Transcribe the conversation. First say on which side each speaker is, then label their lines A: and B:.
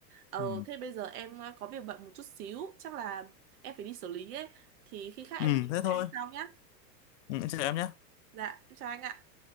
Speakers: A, on the right; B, on the left.
A: ờ
B: ừ.
A: thế bây giờ em ờ, có việc bận một chút xíu chắc là em phải đi xử lý ấy thì khi khác
B: ừ
A: em nói chuyện
B: thế
A: với
B: thôi
A: anh sau nhá
B: ừ, em chào em nhé
A: dạ em chào anh ạ